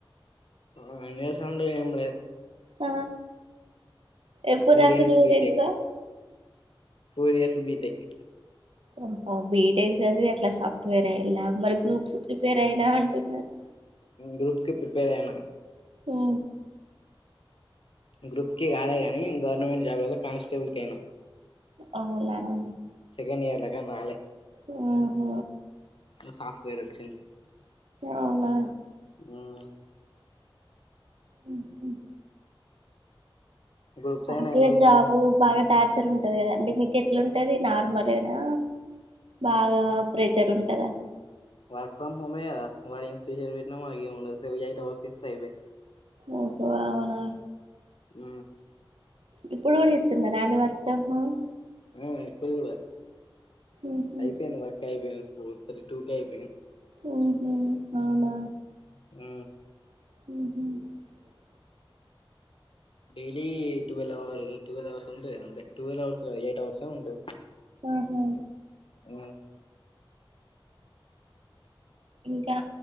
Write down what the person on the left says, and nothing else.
ఎన్ని ఇయర్స్ అండి ఏం లేదు
four
years
BTech
ఫోర్ ఇయర్స్ బీటెక్
గ్రూప్స్ కి ప్రిపేరైనా
గ్రూప్ కి కాలే ని గవర్నమెంట్ జాబ్లలో కానిస్టేబుల్ కయినా
సెకండ్ ఇయర్ ల కానీ రాలే
సాఫట్వేర్ వచ్చంది
ఊమ్
గ్రూప్స్
అయినా ఎవరికి
వర్క్ ఫ్రమ్ హోమే కదా వా ఇస్పిష పెట్టి మా ఎట్వర్యిపో
ఉ
ఆ ఇప్పుడు కూడా కూడా
అయిపో వర్కాయిపో ఫోర్ తీ టూ క అయిపోయిన్
ఉ
daily twelve hour twelve hours ఉంటాయి అే టువెల్్ అవర్స్ ఎయిట్ అవర్స్ ఉంటాయి
అ